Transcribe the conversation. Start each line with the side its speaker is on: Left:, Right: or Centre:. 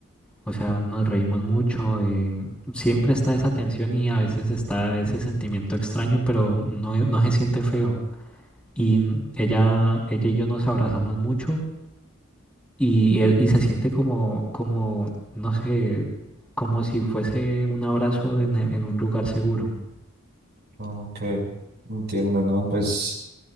Centre: O sea, nos reímos mucho, eh, siempre está esa tensión y a veces está ese sentimiento extraño, pero no, e- no se siente feo. Y n- ella, ella y yo nos abrazamos mucho y, e- y se siente como, como, no sé, como si fuese un abrazo en, e- en un lugar seguro.
Right: Ok, entiendo, ¿no? Pues,